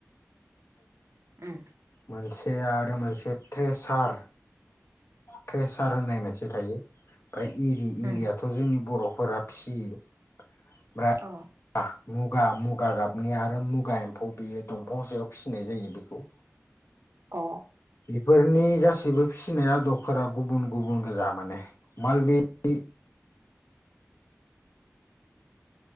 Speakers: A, on the right; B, on the left.
A: उम।
B: मोनसे आरो मोनसे ट्रेसार ट्रेसार होननाय मोनसे थायो। ओमफ्राय एरि एरियाथ'
A: उम
B: जोंनि बर' फोरा फिसियो। <unintelligible>
A: अ
B: मुगा मुगा गाबनि आरो मुगा एम्फौ बेयो दंफां सायाव फिसिनाय जायो बेखौ।
A: अ।
B: बेफोरनि गासैबो फिसिनाय आदबफोरा गुबुन गुबुन गोजा माने मालबि <unintelligible>